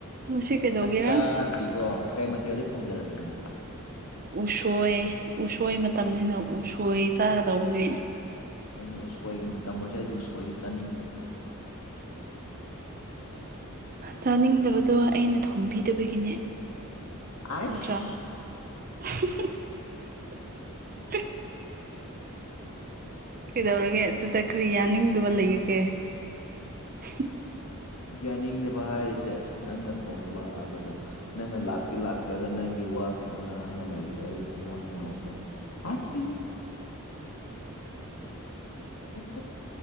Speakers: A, on the right; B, on the left.
A: ꯉꯁꯤ ꯀꯩꯗꯧꯒꯦꯔꯥ
B: ꯆꯥꯛ ꯆꯥꯗ꯭ꯔꯤꯕꯤ ꯀꯩ ꯃꯊꯦꯜꯗꯤ ꯊꯣꯡꯖꯔꯒꯦ
A: ꯎꯁꯣꯏ ꯎꯁꯣꯏ ꯃꯇꯝꯅꯤꯅ ꯎꯁꯣꯏ ꯆꯥꯒꯗꯧꯕꯅꯦ
B: ꯑꯩꯅ ꯎꯁꯣꯏꯒꯤ ꯃꯇꯝ ꯑꯣꯏꯔꯁꯨ ꯑꯩꯗꯤ ꯎꯁꯣꯏꯗꯤ ꯆꯥꯅꯤꯡꯗꯦꯔ
A: ꯆꯥꯅꯤꯡꯗꯕꯗꯣ ꯑꯩꯅ ꯊꯣꯡꯕꯤꯗꯕꯒꯤꯅꯦ
B: ꯑꯥꯏꯁ
A: ꯅꯠꯇ꯭ꯔꯥ <inaudible> ꯀꯩꯗꯧꯔꯒꯦ ꯑꯗꯨꯗ ꯀꯔꯤ ꯌꯥꯅꯤꯡꯗꯕ ꯂꯩꯒꯦ <inaudible>
B: ꯌꯥꯅꯤꯡꯗꯕ ꯍꯥꯏꯔꯤꯁꯦ ꯑꯁ ꯅꯪꯅ ꯊꯣꯡꯗꯕ ꯍꯥꯏꯕꯗꯣ ꯅꯪꯅ ꯂꯥꯛꯇꯤ ꯂꯥꯛꯇ꯭ꯔꯒ ꯅꯪꯒꯤ ꯋꯥ ꯈꯛꯇꯪ ꯉꯥꯡꯒ ꯂꯩꯕꯗꯣ ꯑꯩꯗꯤ ꯊꯃꯣꯏ ꯅꯨꯡꯉꯥꯏꯇ꯭ꯔꯦ <unintelligible> ꯑꯟꯑꯣꯗꯤꯕꯜ